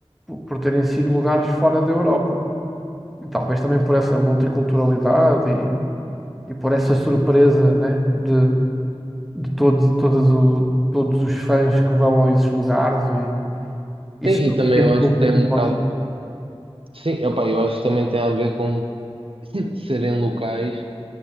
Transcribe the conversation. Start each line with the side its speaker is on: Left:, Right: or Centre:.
Centre: por por terem sido lugares fora da Europa. E talvez também por essa multiculturalidade e, e por essa surpresa, né, de, de todos, todas o, todos os fãs que vão a esses lugares e isso
Right: Sim,
Centre: surpreende
Right: e também eu
Centre: um
Right: acho
Centre: pouco
Right: que tem
Centre: me
Right: um bocado.
Centre: conta.
Right: Sim, opá, eu acho que também tem a ver com <clears throat> serem locais